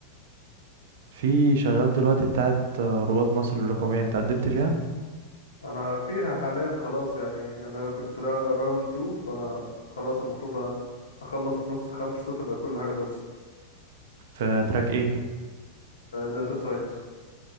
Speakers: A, on the right; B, on the left.
A: في شغال دلوقتي بتاعت رواد مصر الرقمية انت قدمت فيها
B: انا فيها حاليا خلاص يعني انا كنت را- راوند 2 فانا خلاص المفروض اخلص في نص خمسة تبقى كل حاجة خلصت
A: في تراك ايه
B: داتا ساينس